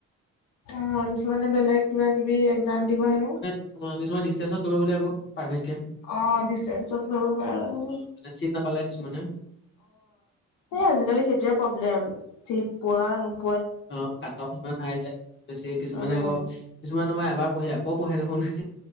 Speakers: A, on the left; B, on the left.
A: অ কিছুমানে, বেলেগ কিবা-কিবি একজাম দিব হেনো।
B: কিছুমান, ডিচটেঞ্চত কৰিব বোলে আকৌ প্ৰাইভেটকে।
A: অ, ডিচটেন্সত কৰিব পাৰে। অ,
B: উম, মানে চিট নাপালে কিছুমানে
A: এই আজিকালি সেইটোৱে প্ৰব্লে। চিট পোৱা, নোপো
B: অ কাটব ইমান হাইজ লাগে বেছি, কিছুমানে
A: উম
B: আকৌ কিছুমানে, মই এবাৰ পঢ়ি আকৌ পঢ়ে দেখোন।